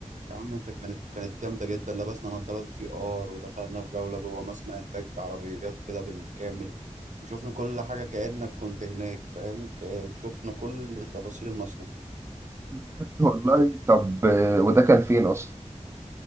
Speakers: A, on the right; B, on the right.
A: يا عم انت كانت كانت جامده جدا لبسنا نظارات في ار ودخلنا في جوله جوه مصنع انتاج عربيات كده بالكامل وشفنا كل حاجه كانك كنت هناك فاهم ك- وشفنا كل تفاصيل المصنع
B: <laughs> والله طب آه، وده كان فين اصلا